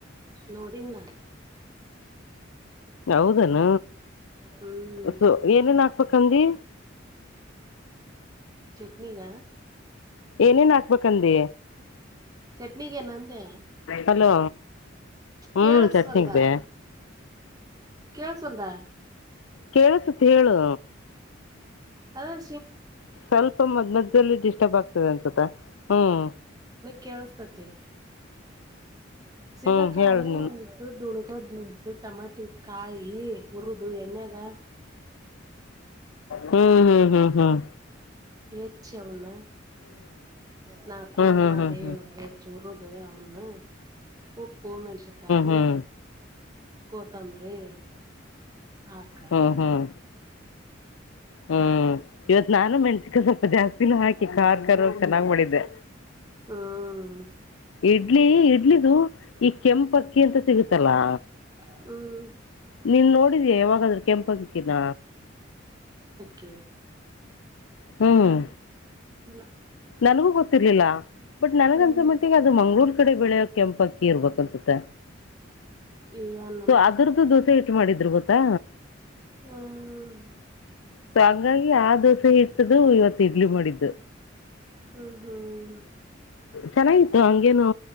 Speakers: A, on the right; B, on the left.
A: ನೋಡಿಂದ ನಾನ
B: ಹೌದಾನ
A: ಹ್ಮ್
B: ಸೊ ಏನೇನ್ ಹಾಕ್ಬೇಕಂದಿ
A: ಚಟ್ನಗ
B: ಏನೇನ್ ಹಾಕ್ಬೇಕಂದಿ
A: ಚಟ್ನಿಗೆ ನಂದೆ
B: ಹಲೋ ಹ್ಮ್
A: ಕೇಳ
B: ಚಟ್ನಿಗೆ
A: ಸ್ವಂದ ಕೇಳಸಂದ
B: ಕೇಳಸತ್ ಹೇಳು
A: ಹ
B: ಸ್ವಲ್ಪ ಮದ್ ಮದದಲ್ಲಿ ಡಿಸ್ಟರ್ಬ್ ಆಗ್ತದೆ ಅನ್ಸತ ಹ್ಮ್
A: ಕೆೇಳಸತತೆ ಸಿಂಗ
B: ಹ್ಮ್
A: ಕಾಳ
B: ಹೇಳು ನೀನು
A: ಒು ದದುಳಗಡ್ ಟಮಾಟಿ ಕಾಯಿ ಹುರುಿದ ಎಣ್ಣ್ಯಾಗ
B: ಹ್ಮ್ ಹ್ಮ್ ಹ್ಮ್ ಹ್ಮ್
A: ಹೆಚಿ ಅವನ್ನ ನಾ ಕೋಳ
B: ಹ್ಮ್
A: ಮಾಡಿ
B: ಹ್ಮ್ ಹ್ಮ್ ಹ್ಮ್ ಹ್ಮ್ ಹ್ಮ್ ಹ್ಮ್
A: ಹೆಚ್ಚ ಉರುದ ಅವನು ಉ ಪೂ ಮೆಣಸಕಾಯಿ
B: ಹ್ಮ್
A: ಕೋತಂಬ್ರಿ ಆಕದ
B: ಹ್ಮ್ ಹ್ಮ್ ಹ್ಮ್ ಇವತ್ ನಾನು ಮೆಣಸಕಾಯ ಸ್ವಲ್ಪ ಜಾಸ್ತಿನೂ ಹಾಕಿ ಾರ್ ಕಾರ್ ಚೆನ್ನಾಗ್ ಮಾಡಿದ್ದೆ
A: ಹ್ಮ್
B: ಇಡ್ಲಿ ಇಡ್ಲಿದು ಈ ಕೆಂಪಕ್ಕಿ ಅಂತ ಸಿಗುತ್ತಲ್ಲಾ
A: ಹ್ಮ್
B: ನೀನ್ ನೋಡಿದೀಯಾ ಯಾವಾಗಾದ್ರೂ ಕೆಂಪ ಅಕ್ಕಿನ
A: ಕೆ
B: ಹ್ಮ್
A: ಇಲ್ಲ
B: ನನಗೂ ಗೊತ್ತಿರ್ಲಿಲ್ಲ ಬಟ್ ನನಗ
A: ಹ್ಮ್
B: ಅನ್ಸ ಮಟ್ಟಿಗೆ ಅದು ಮಂಗಗಳೂರ್ ಕಡೆ ಬೆಳೆಯೋ ಕೆಂಪ ಅಕ್ಕಿ ಇರ್ಬೇಕನ್ಸುತ್ತ
A: ಏನನ
B: ಸೊ ಅದ್ರ್ದು ದೋಸೆ ಹಟ್ಟು ಮಾಡಿದ್ರು ಗೊತ್ತಾ
A: ಹ್ಮ್
B: ಸೊ ಹಂಗಾಗಿ ಆ ದೋಸೆ ಇಟ್ಟ್ದು ಇವತ್ ಇಡ್ಲಿ ಮಾಡಿದ್ದು
A: ಹ್ಮ್ ಹ್ಮ್
B: ಚೆನ್ನಾಗಿತ್ತು ಹಂಗೇನು